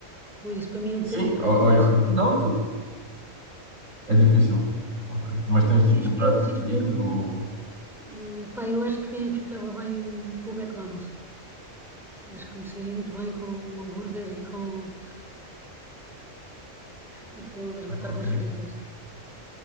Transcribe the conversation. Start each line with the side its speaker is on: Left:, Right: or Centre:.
Centre: Ui, isso para mim é um bocadinho-
Right: sim,
Centre: um bocado
Right: ó-
Centre: difícil.
Right: ó- ó, não, tu- é difícil. Ok, mas tens
Centre: Assim
Right: tipo
Centre: escolher,
Right: um prato
Centre: assim
Right: preferido
Centre: escolher um,
Right: ou...
Centre: eh, pá, eu acho que ficava bem com o McDonald's. Acho que me seria muito bem com o hambúrguer e com, e com as batatas
Right: Ok.
Centre: fritas.